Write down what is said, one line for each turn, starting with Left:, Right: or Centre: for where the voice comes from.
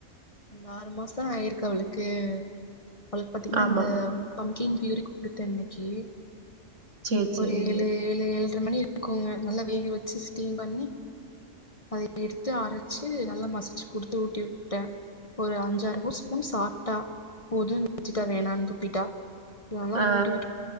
Left: அந்த ஆறு மாச இருக்கு அவளுக்கு அவளுக்கு பாத்தீங்கன்னா
Right: ஆமாங்க
Left: இந்த பம்பிங் பியூரிக் குடுத்தே இன்னைக்கு
Right: சேரி சேரிங்க
Left: ஒரு ஏழு ஏழு ஏழரை மணி இருக்குங்க நல்லா வேக வச்சு ஸ்டீம் பண்ணி அத எடுத்து அரைச்சு நல்லா மசிச்சு குடுத்து ஊட்டி விட்டே ஒரு அஞ்சாறு பூ ஸ்பூன் சாப்பிட்டா போதும் வச்சிட்டா வேணான்னு துப்பிட்டா நல்லா
Right: ஆ
Left: ஊட்டி விட்டு